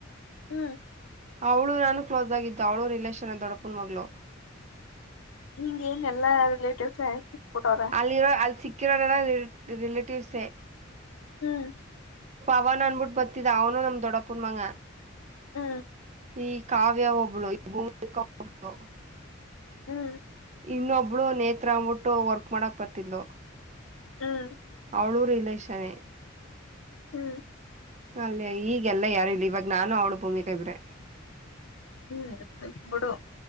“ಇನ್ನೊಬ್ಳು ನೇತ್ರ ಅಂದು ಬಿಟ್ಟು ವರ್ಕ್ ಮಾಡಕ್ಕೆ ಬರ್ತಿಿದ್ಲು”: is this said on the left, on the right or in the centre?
Right